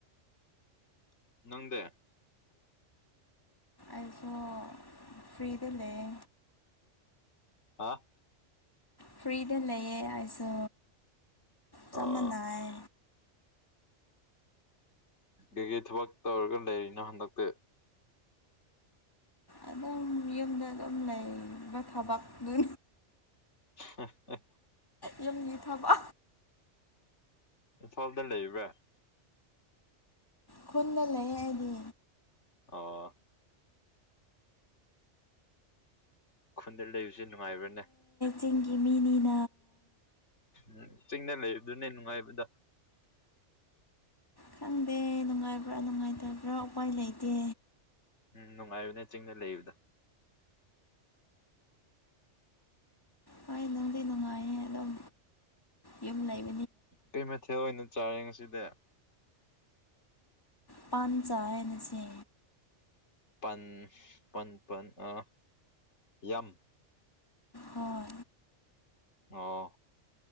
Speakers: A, on the left; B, on the left.
A: ꯅꯪꯗꯦ
B: ꯑꯁꯨ ꯐ꯭ꯔꯔꯤꯗ ꯂꯩ
A: ꯑ
B: ꯐ꯭ꯔꯤꯗ ꯂꯩꯑ ꯑꯩꯁꯨ ꯆꯞ
A: ꯑꯣ
B: ꯃꯥꯟꯅꯩ
A: ꯀꯩꯀꯩ ꯊꯕꯛ ꯇꯧꯔꯒ ꯂꯩꯔꯤꯅꯣ ꯍꯟꯗꯛꯇꯤ
B: ꯑꯗꯨꯝ ꯌꯨꯝꯗ ꯑꯗꯨꯝ ꯂꯩꯕ ꯊꯕꯛ ꯑꯗꯨ
A: <unintelligible>
B: ꯌꯨꯝꯒꯤ ꯐꯕ
A: ꯏꯝꯐꯥꯜꯗ ꯂꯩꯕ꯭ꯔꯥ
B: ꯈꯨꯟꯗ ꯂꯩ ꯑꯩꯗꯤ
A: ꯑꯣ ꯈꯨꯟꯗ ꯂꯩꯕꯕꯁꯤꯦ ꯅꯨꯡꯉꯥꯏꯕ꯭ꯔꯅꯦ
B: ꯆꯤꯡ ꯃꯤꯅꯤꯅ
A: ꯎꯝ ꯆꯤꯡꯅ ꯂꯩꯕꯗꯨꯅꯦ ꯅꯨꯡꯉꯥꯏꯕꯗ
B: ꯈꯪꯗꯦ ꯅꯨꯡꯉꯥꯏꯕ꯭ꯔꯥ ꯅꯨꯡꯉꯥꯏꯇꯕ꯭ꯔꯥ ꯎꯄꯥꯏ ꯂꯩꯇꯦ
A: ꯅꯨꯡꯉꯥꯏꯌꯨꯅꯦ ꯆꯤꯡꯗ ꯂꯩꯕꯗ
B: ꯍꯣꯏ ꯅꯨꯡꯗꯤ ꯅꯨꯡꯉꯥꯏꯌꯦ ꯑꯗꯨꯝ ꯌꯨꯝ ꯂꯩꯕ
A: ꯀꯩ ꯃꯊꯦꯜ ꯑꯣꯏꯅ ꯆꯥꯔꯦ ꯉꯁꯤꯗꯤ
B: ꯄꯥꯟꯖꯥꯏꯅꯁ
A: ꯄꯟ ꯄꯟꯄꯟ ꯑ ꯌꯥꯝꯝ
B: ꯍꯣꯏ
A: ꯑꯣ